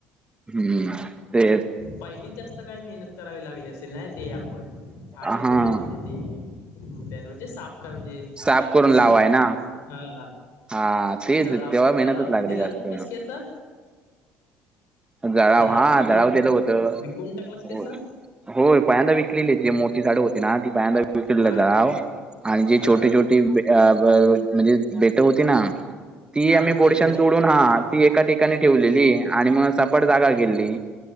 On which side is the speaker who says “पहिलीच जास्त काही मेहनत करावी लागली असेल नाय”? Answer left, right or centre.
Left